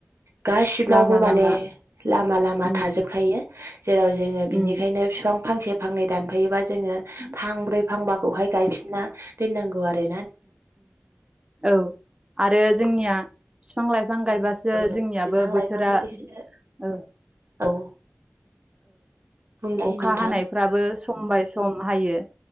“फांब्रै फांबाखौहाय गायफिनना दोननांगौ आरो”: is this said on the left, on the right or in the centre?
Right